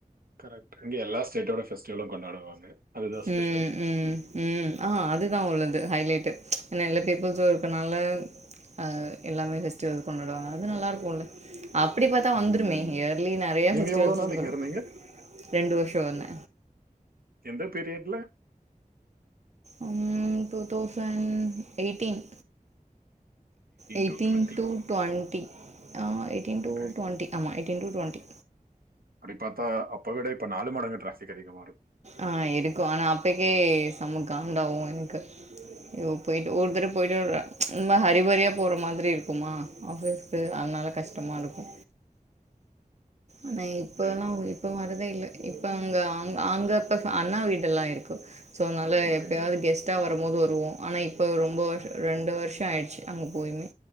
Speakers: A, on the right; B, on the right.
A: கரெக்ட் இங்க எல்ல ஸ்டேட்டோடஃபஸ்டிவலும் கொண்டாடுவாங்க அதுதான் ஸ்பெஷல்
B: உம் உம் ம் ஆ அதுதா உள்ளது ஹைலேட்டு ஏன்னா எல்லா பீப்புள்சு இருக்கனால அஹ எல்லாமே ஃபெஸ்டிவல்ஸ் கொண்டாடுவாங்க அது நல்லா இருக்குல அப்டி பாத்தா வந்துருமே
A: ம்
B: இயர்லி நெறைய
A: நீங்க
B: பெஸ்டிவல்ஸ்
A: எவ்வளவு நாள்
B: வந்துரு
A: இங்க இருந்தீங்க
B: ரெண்டு வருஷோ வந்த
A: எந்த பீரியட்ல
B: உம் two thousand eighteen eighteen
A: to twenty
B: two twenty ஆ எயிட்டீன் டூ
A: ஓகே
B: டுவண்டி ஆமா எயிட்டீன் டூ டுவண்டி
A: அப்டி பாத்தா அப்ப விட இப்ப நாலு மடங்கு டிராபிக் அதிகமாருக்
B: ஆ எதுக்கு ஆனா அப்பக்கே சம்ம காண்டாவு எனக்கு ஓ போயிட்டு ஒருதர <unintelligible> ரொம்ப ஹரிபரியா போற மாதிரி இருக்குமா ஆஃபீஸ்க்கு அதனால கஷ்டமா இருக்கு ஆனா இப்பல்லா
A: ஓகே
B: இப்ப வரதே இல்ல இப்ப அவங்க அங்க பிக்காஸ் அண்ணா வீடெல்லா இருக்கு சோ அதனால
A: ஓகே
B: எப்பவாது கெஸ்ட் டா வரும்போது வருவோ ஆனா இப்ப ரொம்ப வருஷோ ரெண்டு வருஷ ஆயிடுச்சு அங்க போயுமே